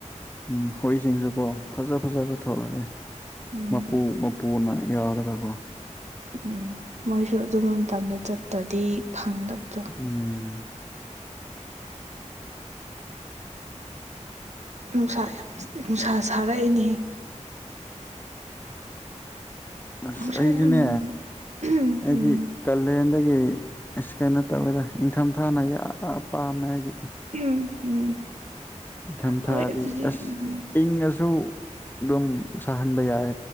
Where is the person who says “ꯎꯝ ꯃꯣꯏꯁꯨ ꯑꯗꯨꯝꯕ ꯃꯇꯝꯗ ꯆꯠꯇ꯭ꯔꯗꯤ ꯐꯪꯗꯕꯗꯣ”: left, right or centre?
Right